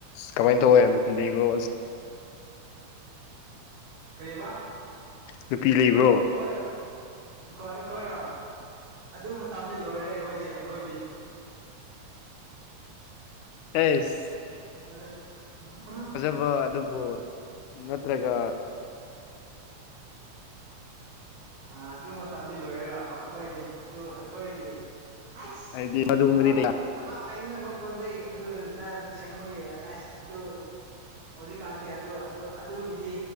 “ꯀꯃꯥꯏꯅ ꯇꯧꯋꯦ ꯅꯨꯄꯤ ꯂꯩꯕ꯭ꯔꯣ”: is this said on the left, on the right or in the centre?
Left